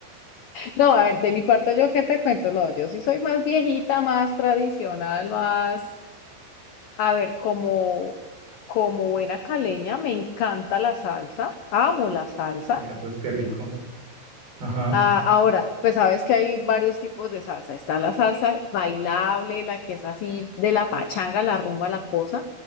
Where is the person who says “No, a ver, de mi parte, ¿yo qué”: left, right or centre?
Left